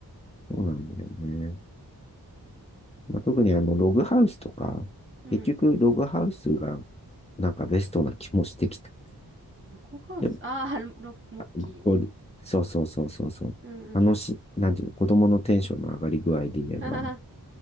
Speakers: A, on the left (about 15°); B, on the right (about 30°).
A: そうなんだよね。まあ、特にあの、ログハウスとか、
B: うん。
A: 結局、ログハウスが、なんかベストな気もしてきた。
B: ログハウス。
A: でも、
B: ああ、ロ、ロモッキーね。
A: あこう、そうそうそうそうそう。
B: うんうん。
A: 楽しい、
B: <laughs>
A: なんていうの、子供のテンションの上がり具合で言えば、
B: ははは